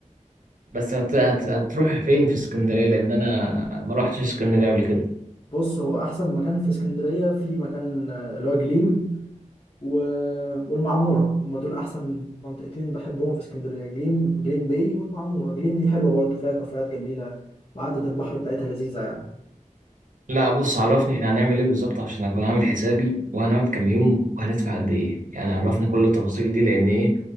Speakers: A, on the right; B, on the left.
A: بس هت... هت... هتروح فين في اسكندريه لان انا ما روحتش اسكندريه قبل كده
B: بص هو احسن مكان في اسكندريه في مكان آه، اللي هو جليم و... والمعمورة هم دول أحسن منطقتين بحبهم في اسكندرية جليم جليم باي والمعمورة جليم دي حلوة برضو فيها كافيهات جميلة وقعدة البحر بتاعتها لذيذة يعني
A: لا بص عرفني احنا هنعمل ايه بالظبط عشان اكون عامل حسابي وهنقعد كام يوم وهندفع قد ايه يعني عرفني كل التفاصيل دي لان ايه